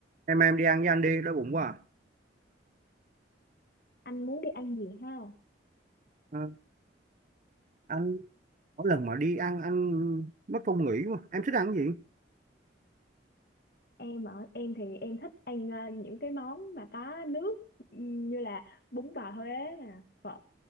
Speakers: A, on the right; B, on the left.
A: em em đi ăn với anh đi đói bụng quá à.
B: anh muốn đi ăn gì ha
A: Ờ, anh mỗi lần mà đi ăn anh mất công nghỉ quá em thích ăn cái gì
B: em ở em thì em thích ăn ờ, những cái món mà có nước ừm, như là bún bò Huế nè phở